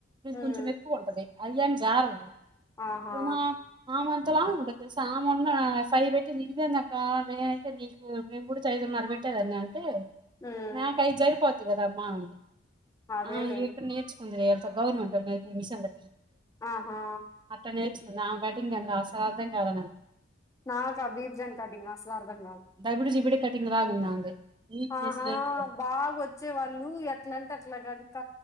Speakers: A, on the right; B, on the left.
A: ఇది
B: ఉమ్
A: కొంచెం ఎక్కువ ఉంటది అయ్యాం జారవు
B: ఆహా
A: <unintelligible> ఆమెంత లావు ఉంటది తెలుసా ఆమెన్న ఫైవ్ పెట్టి నీదేందక్క నే తె నీకు మేము కూడా చైదున్నరబెట్టేదాన్ని అంటే
B: ఉమ్
A: నాకు ఐదు సరిపోత్ కదా అమ్మ అంది
B: అదేలే
A: ఆ ఎక్కడ నేర్చుకుంది లే గవర్నమెంటోళ్ళు నేర్పె మిషన్లు
B: ఆహా
A: అట్ట నేర్చుకుంది ఆమే కటింగ్ ఏందో అస్సలు అర్ధం కాలే నాకు
B: నాకు ఆ బీప్జన్ కాటింగ్ అస్సలర్థం కాద్
A: దబిడి జిబిడి కటింగ్ రాద్ ఆమెది నీట్నెస్
B: ఆహా
A: లేదు
B: బాగో చ్చే వాళ్ళు ఎట్ల అంటే అట్లా కనుక